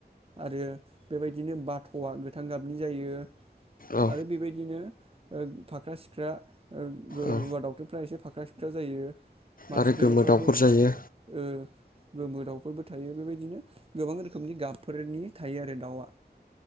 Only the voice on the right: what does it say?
आरो बेबायदिनो बाथ'आ गोथां गाबनि जायो,
आरो बेबायदिनो फाख्रा सिख्रा ओ
रुवा दावउथुनफ्रा एसे फाख्रा सि ख्रा जायो फाथिखेरौफ्राबो
ओ
गोमोराव फोरबो थायो बेबायदिनो गोबां रोखोमनि गाबफोरनि थायो आरो दाउआ